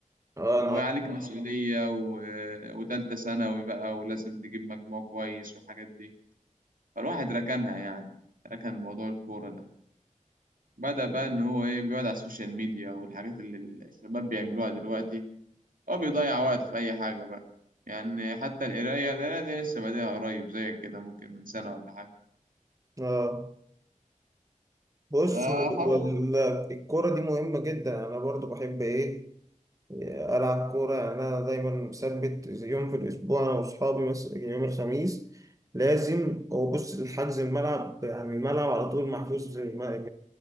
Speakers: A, on the right; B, on the right.
A: اه
B: وعليك
A: انا عارف.
B: مسؤولية و... آه، وتالتة ثانوي بقى ولازم تجيب مجموع كويس والحاجات دي فالواحد ركنها يعني ركن موضوع الكورة ده بدأ بقى إن هو إيه بيقعد على السوشيال ميديا والحاجات اللي الشباب بيعملوها دلوقتي هو بيضيع وقته في أي حاجة بقى يعني حتى القراية القراية دي لسه بادئها قريب زيك كده ممكن من سنة ولا حاجة
A: اه بص
B: فحاول
A: وال- الكرة دي مهمة جدا أنا برضو بحب إيه ألعب كورة يعني أنا دايما مثبت زي يوم في الأسبوع أنا وأصحابي مثلا يوم الخميس لازم هو بص الحجز الملعب يعني الملعب على طول محجوز من من-